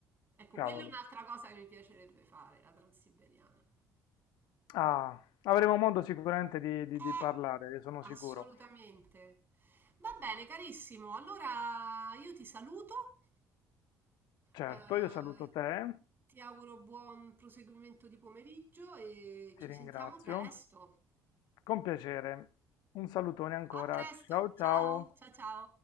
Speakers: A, on the right; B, on the left.
A: Ecco,
B: cavolo.
A: quella è un'altra cosa che mi piacerebbe fare, la Transiberiana.
B: Ah, avremo modo sicuramente di, di
A: Eh,
B: di parlare, ne sono
A: Assolutamente.
B: sicuro.
A: Va bene, carissimo. Allora io ti saluto.
B: Certo,
A: eh,
B: io saluto te,
A: ti auguro buon proseguimento di pomeriggio e
B: ti
A: ci
B: ringrazio.
A: sentiamo presto.
B: Con piacere. Un salutone ancora.
A: A presto.
B: Ciao
A: Ciao,
B: ciao.
A: ciao, ciao.